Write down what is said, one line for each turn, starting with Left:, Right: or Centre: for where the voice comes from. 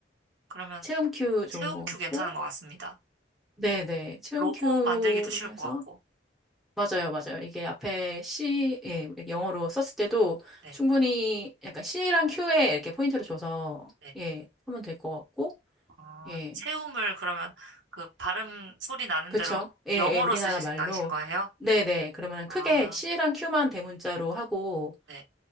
Right: 그러면
Centre: 체험 큐 좋은
Right: 체험
Centre: 것
Right: 큐
Centre: 같고,
Right: 괜찮은 것 같습니다.
Centre: 네네, 체험
Right: 로고
Centre: 큐로
Right: 만들기도 쉬울
Centre: 해서,
Right: 것 같고.
Centre: 맞아요, 맞아요. 이게 앞에 C, 예, 영어로 썼을 때도
Right: 네.
Centre: 충분히 약간 C랑 Q에 이렇게 포인트를 줘서,
Right: 네.
Centre: 예, 하면 될 것 같고,
Right: 아,
Centre: 예,
Right: 채움을 그러면 그 발음 소리 나는
Centre: 그쵸?
Right: 대로
Centre: 예,
Right: 영어로
Centre: 예, 우리나라
Right: 쓰실
Centre: 말로.
Right: 생각이신 거예요?
Centre: 네네, 그러면
Right: 아,
Centre: 크게 C랑 Q만 대문자로 하고,
Right: 네,